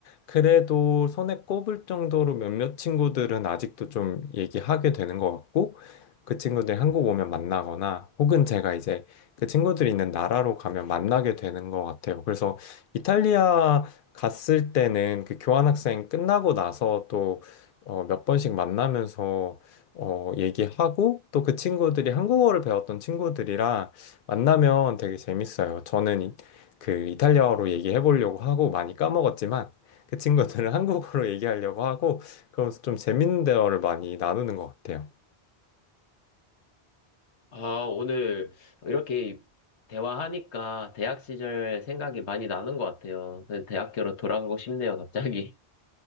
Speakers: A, on the left; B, on the left.
A: 그래도 손에 꼽을 정도로 몇몇 친구들은 아직도 좀 얘기하게 되는 것 같고, 그 친구들이 한국 오면 만나거나, 혹은 제가 이제 그 친구들이 있는 나라로 가면 만나게 되는 것 같아요. 그래서 이탈리아 갔을 때는 그 교환학생 끝나고 나서 또 어, 몇 번씩 만나면서 어, 얘기하고, 또 그 친구들이 한국어를 배웠던 친구들이랑 만나면 되게 재밌어요. 저는 이- 그 이탈리아어로 얘기해 보려고 하고 많이 까먹었지만, 그 친구들은 <laughs> 한국어로 얘기하려고 하고 그러면서 좀 재밌는 대화를 많이 나누는 것 같아요.
B: 아, 오늘 이렇게 대화하니까 대학 시절 생각이 많이 나는 것 같아요. 그 대학교로 돌아가고 싶네요, 갑자기.